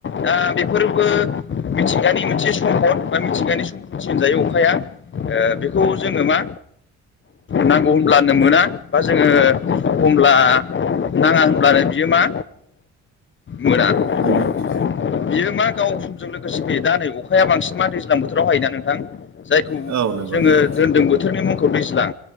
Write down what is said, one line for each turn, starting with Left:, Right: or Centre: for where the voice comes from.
Left: दा बेफोरबो मिथिंगानि मोनसे सम्पद बा मिथिंगानि सम्पद थिनजायो अखाया बेखौ जोङो मा नांगौ होमब्लानो मोना बा जोङो एमब्ला नाङा होनब्लानो बियो मा मोना
Right: <unintelligible>
Left: बियो मा गाव समजों लोगोसे फैयो दा नै अखाया बांसिन मा दैज्लां बोथोराव हायोना नोंथां? जायखौ
Right: औ नंगौ
Left: जोङो
Right: नंगौ
Left: दोनदों बोथोरनि मुंखौ दैज्लां।